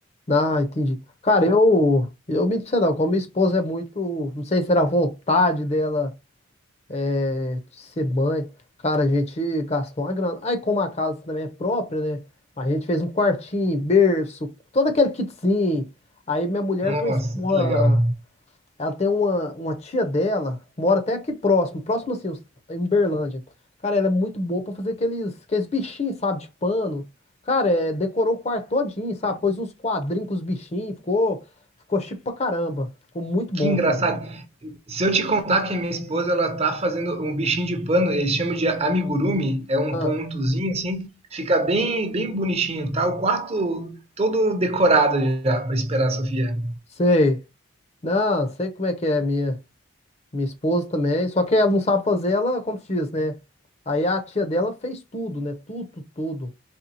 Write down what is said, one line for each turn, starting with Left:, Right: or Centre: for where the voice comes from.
Left: não, entendi. Cara, eu, eu me disse não, como minha esposa é muito, não sei se era a vontade dela. é, ser mãe. Cara, a gente gastou uma grana. Aí, como a casa também é própria, né? A gente fez um quartinho, berço, todo aquele kitzinho. Aí, minha mulher
Right: Nossa,
Left: tem uma, es- uma-
Right: que legal.
Left: ela tem uma, uma tia dela, mora até aqui próximo, próximo assim, uns- em Uberlândia. Cara, ela é muito boa pra fazer aqueles, aqueles bichinhos, sabe, de pano. Cara, é, decorou o quarto todinho, sabe? Pôs uns quadrinhos com os bichinhos, ficou, ficou chique pra caramba. Ficou muito bom,
Right: Que engraçado.
Left: cara.
Right: Se eu te contar que a minha esposa ela tá fazendo um bichinho de pano, eles chamam de amigurumi, é um
Left: Ah,
Right: pontozinho assim, fica bem bem bonitinho, tá? O quarto todo decorado já para esperar a Sofia.
Left: sei. Não, sei como é que é, minha. Minha esposa também. Só que ela não sabe fazer, ela, como se diz, né? Aí a tia dela fez tudo, né? Tudo, tudo.